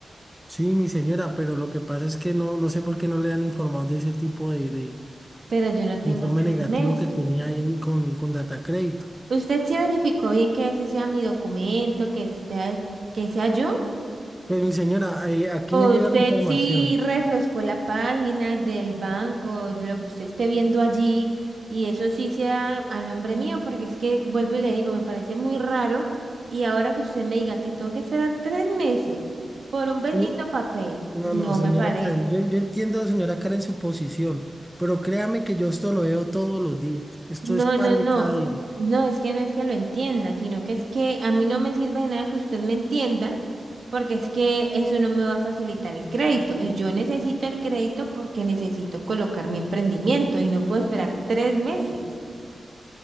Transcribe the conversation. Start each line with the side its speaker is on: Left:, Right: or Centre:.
Centre: Sí, mi señora, pero lo que pasa es que no, no sé por qué no le han informado de ese tipo de, de-
Right: pero yo no tengo
Centre: de informe
Right: tres
Centre: negativo
Right: meses.
Centre: que tenía ahí en- con, con Data Crédito.
Right: ¿Usted sí verificó bien que ese sea mi documento, que sea, que sea yo?
Centre: Pues, mi señora, eh, aquí
Right: O
Centre: me llega
Right: usted
Centre: la información.
Right: sí refrescó la página del banco, lo que usted esté viendo allí, y eso sí sea a nombre mío, porque es que vuelvo y le digo, me parece muy raro, y ahora que usted me diga que tengo que esperar tres meses por un bendito
Centre: Y-
Right: papel,
Centre: No,
Right: no
Centre: no, señora
Right: me parece.
Centre: Karen, yo, yo entiendo, señora Karen, su posición, pero créame que yo esto lo veo todos los días, esto
Right: No,
Centre: es pan
Right: no, no.
Centre: de cada día.
Right: No, es que no es que lo entienda, sino que es que a mí no me sirve de nada que usted me entienda, porque es que eso no me va a facilitar el crédito. Y yo necesito el crédito porque necesito colocar mi emprendimiento y no puedo esperar tres meses.